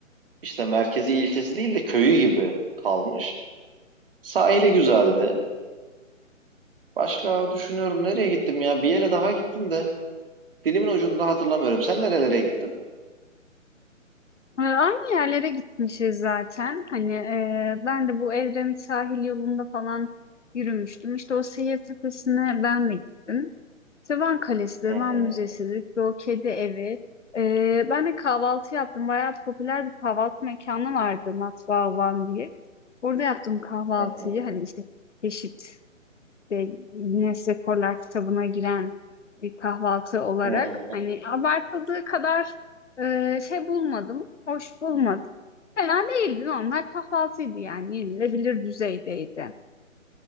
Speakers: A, on the right; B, on the left.
A: işte merkezi ilçesi değil de köyü gibi kalmış. Sahili güzeldi. Başka düşünüyorum nereye gittim ya? Bir yere daha gittim de. Dilimin ucunda hatırlamıyorum. Sen nerelere gittin?
B: Ee, Aynı yerlere gitmişiz zaten. Hani e, ben de bu Evrenin sahil yolunda falan yürümüştüm. İşte o Seyir Tepesi'ne ben de gittim. İşte Van Kalesi'dir,
A: Hı
B: Van
A: hı,
B: Müzesi'dir, işte o kedi evi. Ee, ben de kahvaltı yaptım. Bayağı popüler bir kahvaltı mekanı vardı Matbaa Van diye. Orada yaptım kahvaltıyı.
A: hı hı,
B: Hani işte çeşit işte Guinness Rekorlar kitabına giren bir kahvaltı olarak
A: hı hı,
B: hani abartıldığı kadar e, şey bulmadım, hoş bulmadım. Fena değildi normal kahvaltıydı yani yenilebilir düzeydeydi.